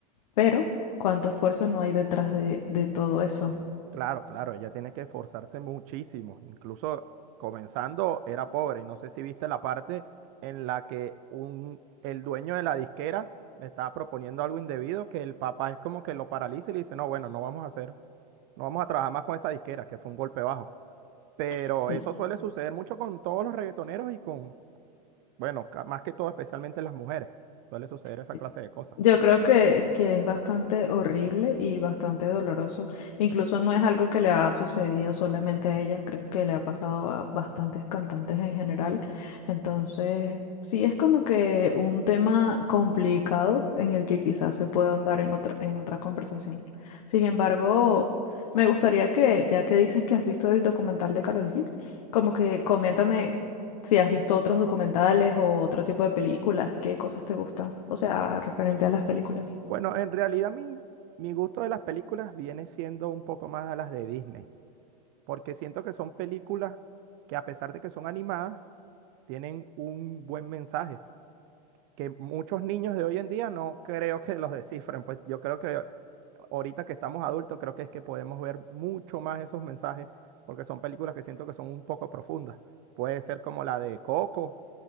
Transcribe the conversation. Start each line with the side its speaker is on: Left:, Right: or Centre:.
Left: pero cuánto esfuerzo no hay detrás de, de todo eso.
Right: Claro, claro, ella tiene que esforzarse muchísimo. Incluso comenzando era pobre. Y no sé si viste la parte en la que un, el dueño de la disquera le estaba proponiendo algo indebido, que el papá es como que lo paraliza y le dice, no, bueno, no vamos a hacer, no vamos a trabajar más con esa disquera, que fue un golpe bajo. Pero
Left: Sí.
Right: eso suele suceder mucho con todos los reggaetoneros y con, bueno, ca- más que todo especialmente las mujeres. Suele suceder esa
Left: sí.
Right: clase de cosas.
Left: Yo creo que, que es bastante horrible y bastante doloroso. Incluso no es algo que le ha sucedido solamente a ella, creo que le ha pasado a bastantes cantantes en general. Entonces, sí es como que un tema complicado en el que quizás se pueda ahondar en otra, en otra conversación. Sin embargo, me gustaría que, ya que dices que has visto el documental de Karol G, como que coméntame si has visto otros documentales o otro tipo de películas, ¿qué cosas te gustan? O sea, referente a las películas.
Right: Bueno, en realidad mi, mi gusto de las películas viene siendo un poco más a las de Disney. porque siento que son películas que a pesar de que son animadas, tienen un buen mensaje, que muchos niños de hoy en día no creo que los descifren, pues yo creo que ahorita que estamos adultos, creo que es que podemos ver mucho más esos mensajes, porque son películas que siento que son un poco profundas. Puede ser como la de Coco,